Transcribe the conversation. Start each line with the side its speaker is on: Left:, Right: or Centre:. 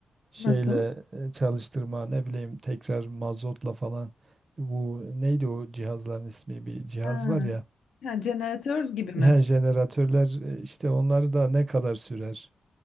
Right: şeyle
Left: Nasıl?
Right: e, çalıştırma, ne bileyim tekrar mazotla falan. Bu neydi o cihazların ismi? Bir cihaz
Left: Ha,
Right: var ya.
Left: ha, jeneratör gibi mi?
Right: Her jeneratörler e, işte onları da ne kadar sürer?